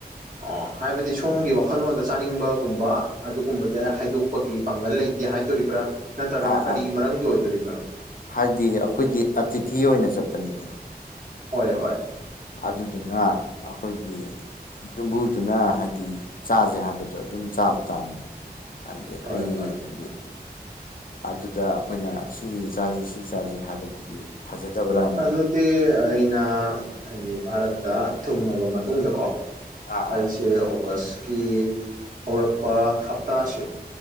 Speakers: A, on the right; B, on the left.
A: ꯑꯣ ꯍꯥꯏꯕꯗꯤ ꯁꯣꯝꯒꯤ ꯋꯥꯈꯜꯂꯣꯟꯗ ꯆꯥꯅꯤꯡꯕꯒꯨꯝꯕ ꯑꯗꯨꯒꯨꯝꯕꯗ ꯍꯥꯏꯗꯣꯛꯄꯒꯤ ꯄꯥꯡꯒꯜ ꯂꯩꯇꯦ ꯍꯥꯏꯗꯣꯔꯤꯕ꯭ꯔꯥ ꯅꯠꯇ꯭ꯔꯒꯅ
B: ꯑꯥ
A: ꯀꯔꯤ
B: ꯑꯥ
A: ꯃꯔꯝꯒꯤ ꯑꯣꯏꯗꯣꯔꯤꯅꯣ
B: ꯍꯥꯏꯗꯤ ꯑꯈꯣꯏꯒꯤ ꯑꯇꯤꯊꯤ ꯑꯣꯏꯅ ꯆꯠꯄꯅꯤꯅ
A: ꯍꯣꯏ ꯍꯣꯏ
B: ꯑꯗꯨꯗꯨꯅ ꯑꯩꯈꯣꯏꯒꯤ ꯌꯨꯝꯕꯨꯗꯨꯅ ꯍꯥꯏꯗꯤ ꯆꯥꯖꯦ ꯍꯥꯏꯕꯗꯣ ꯑꯗꯨꯝ ꯆꯥꯕ ꯇꯥꯕꯅꯤ ꯍꯥꯏꯗꯤ
A: ꯍꯣꯏ
B: ꯑꯩ
A: ꯍꯣꯏ
B: ꯍꯥꯏꯗꯤ ꯑꯗꯨꯗ ꯑꯈꯣꯏꯅ ꯁꯤ ꯆꯥꯖꯤ ꯁꯤ ꯆꯥꯖꯤ ꯍꯥꯏꯕꯗꯨꯗꯤ ꯐꯖꯗꯕ꯭ꯔꯥ
A: ꯑꯗꯨꯗꯤ ꯑꯩꯅ ꯍꯥꯏꯗꯤ ꯚꯥꯔꯠꯇ ꯊꯨꯡꯉꯕ ꯃꯇꯨꯡꯗꯀꯣ
B: ꯑꯥ
A: ꯑꯩꯁꯦ
B: ꯑꯥ
A: ꯑꯣꯒꯁꯀꯤ ꯍꯧꯔꯛꯄ ꯍꯞꯇꯥꯁꯦ